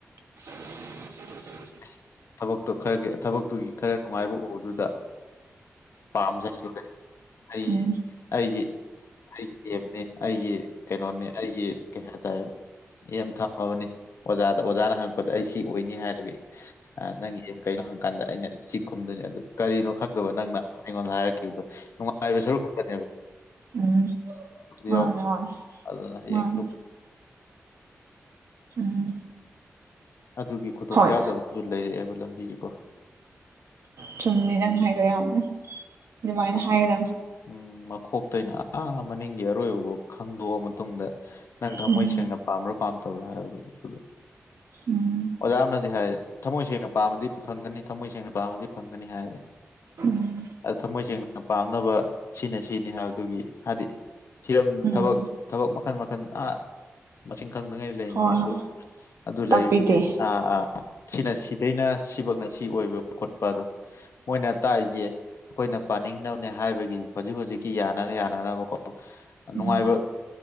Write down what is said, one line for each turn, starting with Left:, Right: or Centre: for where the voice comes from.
Right: <inaudible>
Left: ꯑꯁ ꯊꯕꯛꯇꯣ ꯈꯔꯒꯤ ꯊꯕꯛꯇꯨꯒꯤ ꯈꯔ ꯅꯨꯡꯉꯥꯏꯕ ꯎꯕꯗꯨꯗ ꯄꯥꯝꯖꯔꯨꯔꯦ ꯑꯩꯒꯤ
Right: ꯎꯝ
Left: ꯑꯩꯒꯤ ꯑꯩꯒꯤ ꯑꯦꯝꯅꯤ ꯑꯩꯒꯤ ꯀꯩꯅꯣꯅꯦ ꯑꯩꯒꯤ ꯀꯩ ꯍꯥꯏꯇꯥꯔꯦ ꯑꯦꯝ ꯊꯝꯃꯕꯅꯦ ꯑꯣꯖꯥꯗ ꯑꯣꯖꯥꯅ ꯍꯪ ꯑꯩ ꯁꯤ ꯑꯣꯏꯅꯤ ꯍꯥꯏꯔꯒ ꯅꯪꯒꯤ ꯑꯦꯝ ꯀꯩꯅꯣ ꯍꯪꯀꯥꯟꯗ ꯑꯩꯅ ꯁꯤ ꯈꯨꯝꯗꯣꯏꯅꯤ ꯑꯗꯨ ꯀꯔꯤꯅꯣ ꯈꯪꯗꯕ ꯅꯪꯅ ꯑꯩꯉꯣꯟꯗ ꯍꯥꯏꯔꯛꯈꯤꯕꯗꯣ ꯅꯨꯡꯉꯥꯏꯕ ꯁꯔꯨꯛ ꯈꯛꯇꯅꯦꯕ
Right: ꯎꯝ ꯃꯥꯅꯦ
Left: ꯌꯥꯎꯗꯦ
Right: ꯃꯥꯅꯦ
Left: ꯑꯗꯨꯅ ꯍꯌꯦꯡ
Right: ꯃꯥꯅꯦ ꯎꯝ
Left: ꯑꯗꯨꯒꯤ ꯈꯨꯗꯣꯡꯆꯥꯥꯗꯕꯗꯨꯁꯨ
Right: ꯍꯣꯏ
Left: ꯂꯩꯔꯛꯑꯦꯕ ꯂꯝꯕꯤꯁꯤꯀꯣ
Right: ꯆꯨꯝꯃꯦ ꯅꯪ ꯍꯥꯏꯔꯤꯖꯣ ꯌꯥꯝ ꯑꯗꯨꯃꯥꯏꯅ
Left: ꯃ-
Right: ꯍꯥꯏꯒꯗꯥꯝ
Left: ꯎꯝ ꯃꯊꯣꯛꯇꯩꯅ ꯑꯥ ꯃꯅꯤꯡꯒꯤ ꯑꯔꯣꯏꯕꯕꯥꯎ ꯈꯪꯗꯣꯛꯑ ꯃꯇꯨꯡꯗ ꯅꯪ ꯊꯃꯣꯏ
Right: ꯎꯝ
Left: ꯁꯦꯡꯅ ꯄꯥꯝꯕ꯭ꯔꯥ ꯄꯥꯝꯗꯕ꯭ꯔꯥ ꯍꯥꯏꯕꯗꯣ ꯑꯗꯨꯗꯣ
Right: ꯎꯝ
Left: ꯑꯣꯖꯥ ꯑꯃꯅꯗꯤ ꯍꯥꯏ ꯊꯃꯣꯏ ꯁꯦꯡꯅ ꯄꯥꯝꯃꯗꯤ ꯐꯪꯒꯅꯤ ꯊꯃꯣꯏ ꯁꯦꯡꯅ ꯄꯥꯝꯃꯗꯤ ꯐꯪꯒꯅꯤ ꯍꯥꯏꯌꯦ
Right: ꯎꯝ
Left: ꯊꯃꯣꯏ ꯁꯦꯡꯅ ꯄꯥꯝꯅꯕ ꯁꯤꯅ ꯁꯤꯅꯤ ꯍꯥꯏꯕꯗꯨꯒꯤ ꯍꯥꯏꯗꯤ ꯍꯤꯔꯝ
Right: ꯎꯝ
Left: ꯊꯕꯛ ꯊꯕꯛ ꯃꯈꯜ ꯃꯈꯜ ꯑꯥ ꯃꯁꯤꯡ ꯈꯪꯗꯉꯩ ꯂꯩꯔꯤꯅꯤ
Right: ꯍꯣꯏ
Left: ꯑꯗꯨ
Right: ꯍꯣꯏ
Left: ꯑꯗꯨ
Right: ꯇꯥꯛꯄꯤꯗꯦ
Left: ꯂꯩꯗꯨꯒꯤ ꯑꯥ ꯑꯥ ꯁꯤꯅ ꯁꯤꯗꯩꯅ ꯁꯤꯐꯥꯎꯅ ꯁꯤ ꯑꯣꯏꯕ ꯈꯣꯠꯄ ꯑꯗꯣ ꯃꯣꯏꯅ ꯇꯥꯛꯏꯁꯦ ꯑꯩꯈꯣꯏꯅ ꯄꯥꯅꯤꯡꯅꯕꯅꯦ ꯍꯥꯏꯕꯒꯤ ꯍꯧꯖꯤꯛ ꯍꯧꯖꯤꯛꯀꯤ ꯌꯥꯅꯅ ꯌꯥꯅꯅꯕꯀꯣ ꯅꯨꯡꯉꯥꯏꯕ
Right: ꯎꯝ